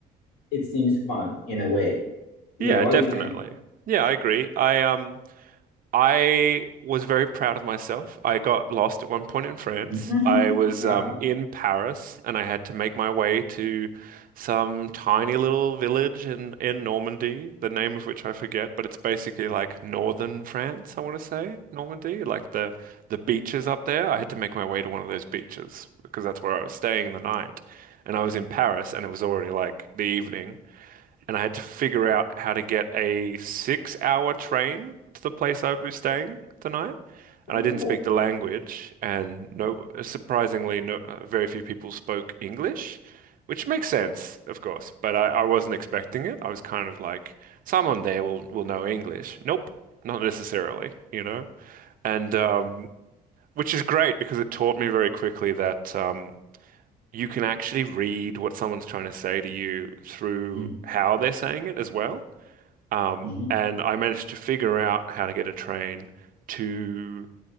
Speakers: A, on the left; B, on the right.
A: it seems fun in a way. Yeah,
B: Yeah,
A: what
B: definitely.
A: do you think?
B: Yeah, I agree. I um I was very proud of myself. I got lost at one point in France.
A: <laughs>
B: I was
A: Uh-huh.
B: um, in Paris and I had to make my way to some tiny little village in, in Normandy, the name of which I forget, but it's basically like northern France, I want to say, Normandy, like the the beaches up there. I had to make my way to one of those beaches because that's where I was staying the night. And I was in Paris and it was already like the evening and I had to figure out how to get a six hour train to the place I would be staying the night. And
A: Mhm.
B: I didn't speak the language, and no, surprisingly, no, uh, very few people spoke English, which makes sense, of course. But I, I wasn't expecting it. I was kind of like, someone there will will know English. Nope, not necessarily, you know. And um, which is great because it taught me very quickly that um, you can actually read what someone's trying to say to you through
A: Mhm.
B: how they're saying it as well. Um,
A: Mhm.
B: and I managed to figure out how to get a train to